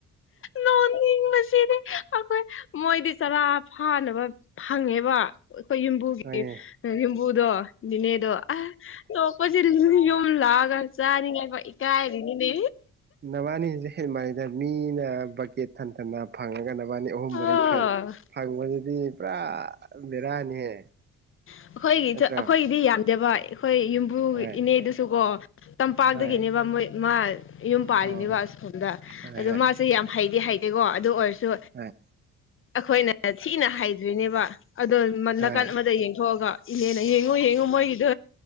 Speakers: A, on the left; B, on the right.
A: ꯅꯣꯅꯤꯡꯕꯁꯤꯗꯤ ꯑꯈꯣꯏ ꯃꯣꯏꯗꯤ ꯆꯔꯥ ꯐꯥꯅꯕ ꯐꯪꯉꯦꯕ ꯑꯩꯈꯣꯏ ꯌꯨꯝꯕꯨꯒꯤ
B: ꯍꯣꯏꯅꯦ
A: ꯌꯨꯝꯕꯨꯗꯣ ꯅꯤꯅꯦꯗꯣ ꯑꯥ ꯅꯣꯛꯄꯁꯤꯗꯤ ꯌꯨꯝ ꯂꯥꯛꯑꯒ ꯆꯥꯅꯤꯡꯉꯦꯕ ꯏꯀꯥꯏꯔꯤꯅꯤꯅꯦ
B: ꯅꯕꯥꯅꯤꯖꯦ ꯍꯦꯟꯃꯟꯂꯤꯗ ꯃꯤꯅ ꯕꯛꯀꯦꯠ ꯊꯟꯊꯟ ꯅ ꯐꯪꯉꯒ ꯅꯕꯅꯤ ꯑꯅꯤ ꯑꯍꯨꯝ
A: ꯑꯣ
B: ꯃꯔꯤ ꯈꯛ ꯐꯪꯕꯗꯨꯗꯤ ꯄꯨꯔꯥ ꯕꯦꯔꯥꯅꯤꯍꯦ
A: ꯑꯩꯈꯣꯏꯒꯤ
B: ꯅꯠꯇ꯭ꯔꯣ
A: ꯑꯩꯈꯣꯏꯒꯤꯗꯤ ꯌꯥꯝꯗꯕ ꯑꯩꯈꯣꯏ ꯌꯨꯝꯕꯨ
B: ꯍꯣꯏ
A: ꯏꯅꯦꯗꯨꯁꯨ ꯀꯣ ꯇꯝꯄꯥꯛꯇꯗꯒꯤꯅꯦꯕ
B: ꯍꯣꯏ
A: ꯃꯣꯏ ꯃꯥ ꯌꯨꯝ ꯄꯥꯜꯂꯤꯅꯦꯕ
B: ꯑꯣ
A: ꯑꯁꯣꯝꯗ
B: ꯍꯣꯏ
A: ꯑꯗꯣ
B: ꯍꯣꯏ
A: ꯃꯥꯁꯦ ꯌꯥꯝ ꯍꯩꯗꯤ ꯍꯩꯇꯦꯀꯣ ꯑꯗꯨ ꯑꯣꯏꯔꯁꯨ
B: ꯑꯥ
A: ꯑꯩꯈꯣꯏꯅ ꯊꯤꯅ ꯍꯥꯗꯔꯤꯅꯦꯕ ꯑꯗꯣ
B: ꯍꯣꯏ
A: ꯅꯥꯀꯟ ꯑꯃꯗ ꯌꯦꯡꯊꯣꯛꯑꯒ ꯏꯅꯦꯅ ꯌꯦꯡꯉꯨ ꯌꯦꯡꯉꯨ ꯃꯣꯏꯒꯤꯗꯣ